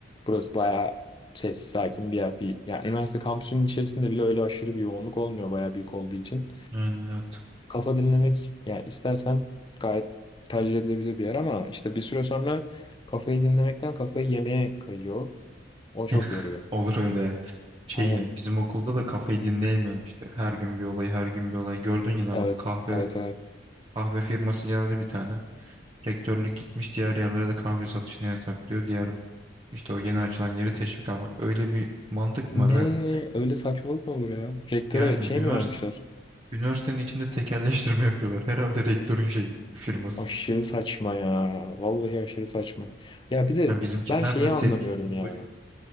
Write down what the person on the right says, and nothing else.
Yani evet.
<laughs>
Olur öyle ya. Şey
ya bizim okulda da kafayı dinleyemiyorsun işte. Her gün bir olay, her gün bir olay. Gördün yine
bak kahve
kahve firması geldi bir tane. Rektörlük gitmiş diğer yerlere de kahve satışını yasaklıyor. Diğer işte o yeni açılan yeri teşvik ama öyle bir mantık
mı var abi?
Yani
üniversite
üniversitenin içinde tekelleştirme yapıyorlar. Herhalde rektörün şey firması.
Yani bizimkiler
de
tepkisini
koyuyor.